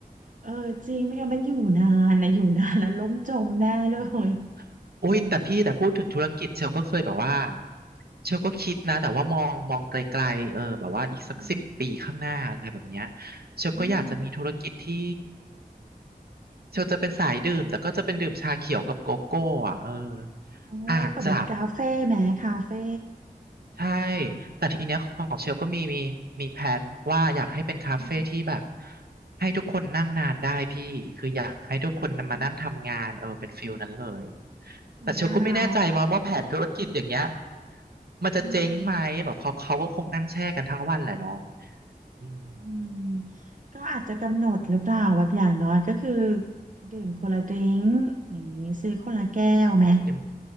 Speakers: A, on the right; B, on the right.
A: เออจริงไม่งั้นมันอยู่นานนะอยู่นานแล้วล้มจมแน่เลย
B: อืม โอ้ยแต่พี่แต่พูดถึงธุรกิจเชลก็เคยแบบว่า
A: อืม
B: เชลก็คิดนะแต่ว่ามองมองไกลๆเออแบบว่าอีกสักสิบปีข้างหน้าอะไรแบบเนี้ย
A: อืม
B: เชลก็อยากจะมีธุรกิจที่
A: อืม
B: เชลจะเป็นสายดื่มแต่ก็จะเป็นดื่มชาเขียวกับโกโก้อ่ะเออ
A: โอ้เปิดเป็นคาเฟ่ไหมคาเฟ่
B: อาจจะ ใช่ แต่ทีเนี้ยของเชลก็มีมีมีแผนว่าอยากให้เป็นคาเฟ่ที่แบบ
A: อืม
B: ให้ทุกคนนั่งนานได้พี่ คืออยากให้ทุกคนมานั่งทำงานเออเป็นฟิลนั้นเลย
A: อืมอุ้ยน่ารัก
B: แต่เชลก็ไม่แน่ใจมาว่าแผนธุรกิจอย่างเงี้ยมันจะเจ๊งไหมแบบเขาเขาก็คงนั่งแช่กันทั้งวันแหละเนาะ
A: อืม
B: อืม
A: อืมก็อาจจะกำหนดหรือเปล่าแบบอย่างน้อยก็คือดื่มคนละดริงก์อย่างนี้ซื้อคนละแก้วไหม
B: เป็น